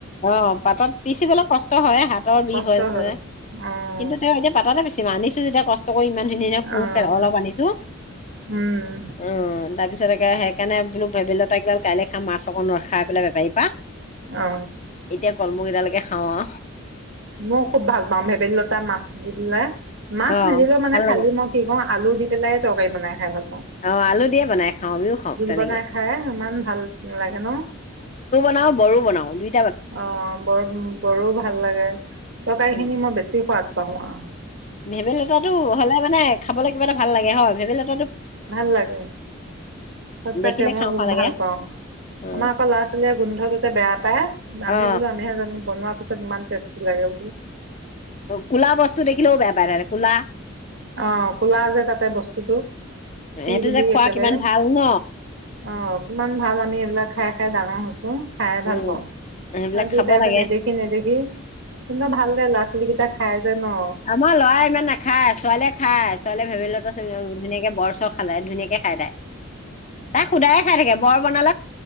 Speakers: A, on the left (about 35°); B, on the right (about 70°).
A: অ পাতাত পিচিবলৈ কষ্ট হয় হাতৰ বিষ
B: কষ্ট
A: হৈ আছে
B: হয়
A: যে
B: অ'
A: কিন্তু তেওঁ এতিয়া পাতাতে পিচিম আনিছ তিয়া কষ্ট ইমান ধুনীয়া ধুনীয়া
B: অ'
A: অলপ আনিছো
B: উম উম
A: অ তাৰপিছত একে সেইকাৰণে বো ভেবেলীলতা কেইডাল কাইলৈ মাছ অকন ৰখাই পেলাই বেপাৰী পা
B: অ
A: এতিয়া কল্মৌ কেইডালকে খাও আ।
B: মই খুব ভাল পাওঁ ভেবেলী লতা মাছ দি পেলাই। মাছ
A: অ
B: নিদিলেও মানে
A: ভাল
B: খালি
A: লাগে
B: মই কি কৰো আলু দি। <unintelligible> তৰকাৰী বনাই। খাই ভাল পাওঁ।
A: অ আলু দিয়ে বনাই খাওঁ আমিও। খাওঁ
B: জোল
A: তেনেকে
B: বনাই খাই ইমান ভাল লাগে ন?
A: <unintelligible> বৰো বনাও দুই
B: অ বৰ বৰো ভাল লাগে, তৰকাৰী
A: উম
B: খিনি মই বেছি শুৱাদ। পাওঁ আ।
A: ভেবেলী লতাটো হ'লে মানে খাবলৈ কিবা এটা ভাল লাগে হয়? ভেবেলীলত।
B: ভাল লাগে সচাকে
A: দেখিলে
B: মই
A: খাওঁ খাওঁ লাগে
B: ভাল পাওঁ।
A: অ
B: আমাৰ আকৌ ল'ৰা ছোৱালীয়ে গোন্ধটোতে বেয়া পায়,
A: অ
B: আমি বোলো আমিহে জানো বনোৱা। পিছত ইমান টেষ্টি লাগে বোলো।
A: কোলা বস্তু দেখিলেও বেয়া। পায় তাহাঁতে ক'লা
B: অ কোলা যে তাতে বস্তুটো <unintelligible>
A: সেইটো
B: বুলি
A: যে খোৱা
B: একেবাৰে
A: কিমান ভাল ন
B: অ কিমান। ভাল আমি এইবিলাক খাই খাই ডাঙৰ হৈছোঁ। খাই
A: উম
B: ভাল পাওঁ।
A: সেইবিলাক
B: সিহঁতি
A: খাব
B: তাৰ
A: লাগে
B: পৰা নেদেখি নেদেখি তহঁতৰ ভাল দে ল'ৰা ছোৱালীকেইটা। খাই যে ন অ',
A: আমাৰ লৰা ইমান নে। খায় ছোৱালীয়ে খায়। ছোৱালীয়ে ভেবেলীলতা চেবেলীলতা ধুনীয়াকে বৰ চৰ <unintelligible> ধুনীয়াকে খাই তাই